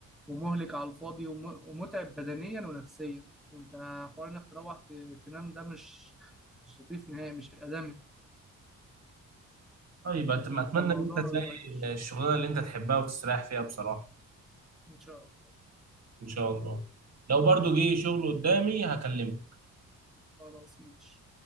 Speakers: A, in the centre; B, on the right.
A: ومهلك على الفاضي وم... ومتعب بدنيا ونفسيا انت حوار انك تروح ت... تنام ده مش مش لطيف نهائي مش ادمي
B: طيب أت- اتمنى
A: فالموضوع
B: ان انت تلاقي
A: وحش
B: الشغلانه اللي انت تحبها وتستريح فيها بصراحه
A: ان شاء الله
B: ان شاء الله لو برضو جه شغل قدامي هكلمك
A: خلاص ماشي